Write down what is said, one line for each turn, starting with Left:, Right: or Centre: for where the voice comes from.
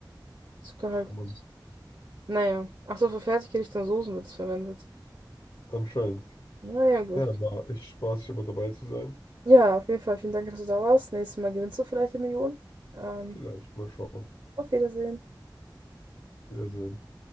Right: Zuckerhalt.
Left: Ach man,
Right: Naja. Ach so, für Fertiggerichte und Soßen wird es verwendet.
Left: anscheinend.
Right: Naja, gut.
Left: Ja, war echt spaßig, aber dabei zu sein.
Right: Ja, auf jeden Fall vielen Dank, dass du da warst. Nächstes Mal gewinnst du vielleicht die Million. Ähm,
Left: Vielleicht mal schauen.
Right: auf Wiedersehen.
Left: Auf Wiedersehen.